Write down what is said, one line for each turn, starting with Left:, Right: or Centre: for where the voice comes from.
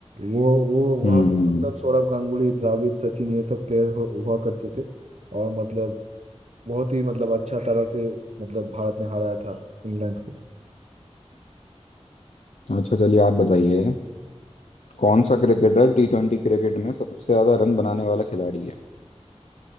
Right: वो वो
Left: हम्म
Right: वहाँ पे मतलब सौरव गांगुली द्रविड़ सचिन ये सब प्लेयर हो, हुआ करते थे और मतलब बहुत ही मतलब अच्छा तरह से मतलब भारत ने हराया था इंग्लैंड को
Left: अच्छा चलिए आप बताइए कौन सा क्रिकेटर टी ट्वेंटी क्रिकेट में सबसे ज्यादा रन बनाने वाला खिलाड़ी है